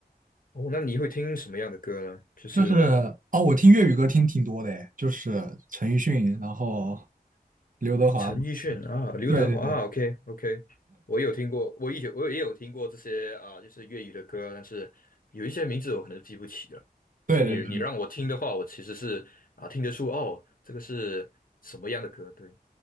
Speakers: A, on the left; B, on the right.
A: 哦，那你会听什么样的歌呢？就是
B: 就是哦，我听粤语歌听挺多的诶，就是陈奕迅，然后刘德华。
A: 陈奕迅啊，刘德华啊，OK
B: 对对对
A: OK，我有听过，我以前我也有听过这些啊，就是粤语的歌，但是有一些名字我可能记不起了。
B: 对对对，
A: 但是你你让我听的话，我其实是啊听得出哦，这个是什么样的歌？对。